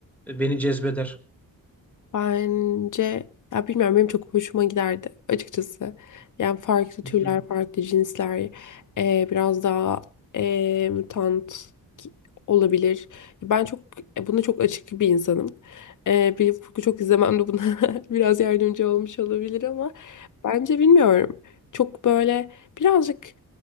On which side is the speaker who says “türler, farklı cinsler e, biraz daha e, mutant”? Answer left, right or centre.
Left